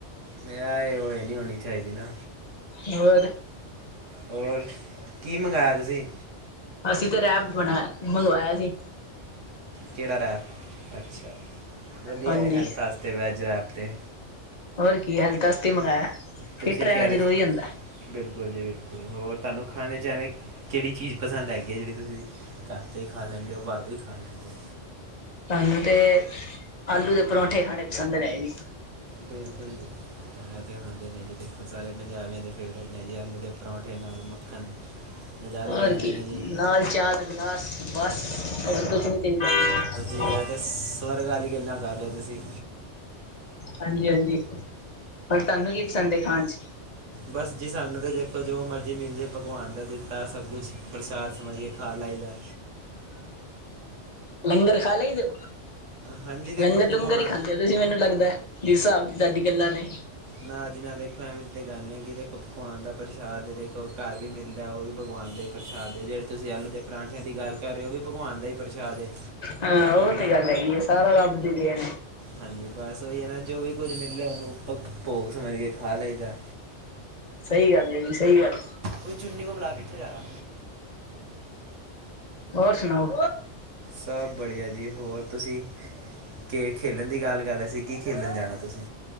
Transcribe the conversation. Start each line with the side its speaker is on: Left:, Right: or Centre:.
Right: ਮੈਂ ਉਹ ਨਹੀਂੀ ਹੋਣੀ ਚਾਹੀਦੀ ਨਾ
Left: ਹੋਰ
Right: ਹੋਰ ਕੀ ਮੰਗਇਆ ਤੁਸੀਂ
Left: ਅਸੀਂ ਤੇ ਰਹਿ ਬਣਾਇ ਮੰਗਵਾਇਆ ਸੀ
Right: ਕਿਹੜਾ ਰੈਪ ਅੱਛਾ ਵਧੀਆ
Left: ਹਾਂਜੀ
Right: ਹੈ ਹੈਲਥ ਵਾਸਤੇ ਵੈਜ ਰੈਪ 'ਤੇ
Left: ਹੋਰ ਕੀ ਹਾਲਤਸਤੀ ਮੰਗਵਾਆ
Right: ਤੁਸੀਂ
Left: ਫਿੱਟ ਰਹਿਣਾ
Right: ਕਹਿ
Left: ਜਰੂਰੀ
Right: ਰਹੇ ਸੀ
Left: ਹੁੰਦਾ
Right: ਬਿਲਕੁਲ ਜੀ ਬਿਲਕੁਲ ਹੋਰ ਤੁਹਾਨੂੰ ਖਾਣੇ ਚ ਐਵੇਂ ਕਿਹੜੀ ਚੀਜ਼ ਪਸੰਦ ਹੈਗੀ ਹੈ ਜਿਹੜੀ ਤੁਸੀਂ ਘਰ ਤੋਂ ਹੀ ਖਾ ਲੈਂਦੇ ਹੋ ਬਾਹਰੋਂ ਵੀ ਖਾ ਲੈਂਦੇ ਹੋ
Left: ਤੁਾਨੂੰ ਤੇ ਆਲੂ ਦੇ ਪਰੋਂਂਠੇ ਖਾਣੇ ਪਸੰਦ ਰਗੀੀ
Right: ਬਿਲਕੁਲ ਜੀ ਇਹ ਤੇ ਖਾਂਦੇ ਨੇ ਜੀ ਸਾਰੇ ਪੰਜਾਬੀਆਂ ਦੇ ਫੇਵਰੇਟ ਨੇ ਜੀ ਆਲੂ ਦੇ ਪਰੌਂਠੇ ਨਾਲ ਮੱਖਣ। ਨਜ਼ਾਰੇ
Left: ਹੋਰ
Right: ਆ ਜਾਂਦੇ
Left: ਕੀ
Right: ਨੇ ਜੀ
Left: ਨਾਲ ਚਾਹ ਦਾ ਗਲਾਸ ਬਸ ਹੋਰ ਕੁਝ ਨਹੀਂ ਚਾਹੀਦਾ।
Right: ਹੈ ਤੇ ਸਵਰਗ ਵਾਲੀ ਗੱਲਾਂ ਕਰ ਰਹੇ ਤੁਸੀਂ
Left: ਹਾਂਜੀ ਹਾਂਜੀ ਰ ਤੁਹਾਨੂੰ ਕੀ ਪਸੰਦ ਖਾਣ ਚ
Right: ਬਸ ਜੀ ਸਾਨੂੰ ਤਾਂ ਦੇਖੋ ਜੋ ਮਰਜ਼ੀ ਮਿਲ ਜਾ ਭਗਵਾਨ ਦਾ ਦਿੱਤਾ ਸਭ ਕੁਛ ਪ੍ਰਸ਼ਾਦ ਸਮਝ ਕੇ ਖਾਲਾਇਦਾ
Left: ਲੰਗਰ ਖਾ ਲਈ ਦਿਓ
Right: ਹਾਂਜੀ ਦੇਖੋ
Left: ਲੰਗਰ ਲੂੰਗਰ
Right: ਭਗਵਾਨ
Left: ਹੀ ਖਾਂਦੇ ਹੋ ਤੁਸੀਂ ਮੈਨੂੰ ਲੱਗਦਾ ਜਿਸ ਹਿਸਾਬ ਸਾਡੀ ਗੱਲਾਂ ਨੇ
Right: ਨਾ ਜੀ ਨਾ ਦੇਖੋ ਐਵੇਂ ਤੇ ਗੱਲ ਨੀ ਹੈਗੀ ਦੇਖ ਪਗਵਾਨ ਦਾ ਪ੍ਰਸ਼ਾਦ ਦੇਖੋ ਘਰ ਵੀ ਮਿਲਦਾ ਉਹ ਵੀ ਭਗਵਾਨ ਪਾਉਂਦੇ ਪ੍ਰਸ਼ਾਦੇ ਜਿਹੜੇ ਤੁਸੀਂ ਆਲੂ ਦੇ ਪਰਾਂਠਿਆਂ ਦੀ ਗੱਲ ਕਰ ਰਹੇ ਹੋ ਵੀ ਭਗਵਾਨ ਦਾ ਹੀ ਪ੍ਰਸ਼ਾਦ ਹੈ
Left: ਹਾਂ ਉਹ ਤੇ ਗੱਲ ਹੈਗੀ ਹੈ ਸਾਰਾ ਲੱਬਦੀ ਰ ਨੇ
Right: ਹਾਂਜੀ ਬਸ ਉਹੀ ਹੈ ਨਾ ਜੋ ਵੀ ਕੁੱਝ ਮਿਲਿਆ ਉਹਨੂੰ ਭੋਗ ਸਮ ਮਧਏ ਖਾ ਲਈਦਾ
Left: ਸਹੀ ਗੱਲ ਹੈ ਜੀ ਸਹੀ ਗੱਲ
Right: ਕੋਈ ਚੁੰਨੀ ਕੋ ਬੁਲਾ ਪੀਛੇ ਜਾਾਰਾ
Left: ਹੋਰ ਸੁਣਾਓ
Right: ਸਭ ਬੜੀਆ ਜੀ ਹੋਰ ਤੁਸੀਂ ਕੇ ਖੇਲਣ ਦੀ ਗੱਲ ਕਰ ਰਹੇ ਸੀ। ਕੀ ਖੇਲਣ ਜਾਣਾ ਤੁਸੀਂ?